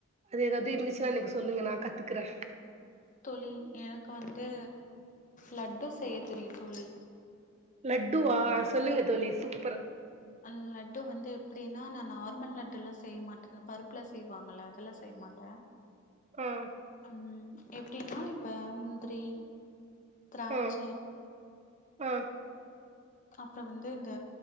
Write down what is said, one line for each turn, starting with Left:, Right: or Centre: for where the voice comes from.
Right: அது ஏதாவது இருந்துச்சுன்னா எனக் சொல்லுங்க நான் கத்துக்குறேன்
Left: தோழி எனக்கு வந்து லட்டு செய்ய தெரியு தோழி
Right: லட்டுவா சொல்லுங்க தோழி சூப்பர்
Left: ஆ லட்டு வந்து எப்டின்னா நான் நார்மல் லட்டு எல்லாம் செய்ய மாட்டேன் இந்த பருப்புல செய்வாங்கள... எல்லாம் செய்ய மாட்டேன்
Right: ஆ
Left: ம் எப்டின்னா இப்ப முந்திரி திராட்ச
Right: ஆ ஆ
Left: அப்போ வந்து இந்த